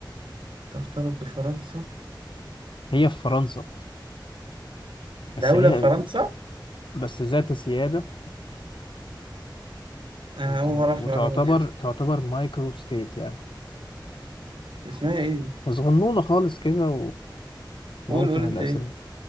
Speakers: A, on the right (about 85°); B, on the left (about 80°).
A: ترتبط بفرنسا
B: هي في فرنسا
A: دولة
B: بس ليها
A: في فرنسا
B: بس ذات سيادة
A: آه،
B: وت-
A: أول مرة أعرف
B: وتعتبر
A: المعلومة دي أصلا
B: تعتبر مايكرو ستيت يعني
A: اسمها إيه دي؟
B: صغنونة خالص كده وموطن
A: قول قول أنت
B: الأسرى
A: إيه؟ دي؟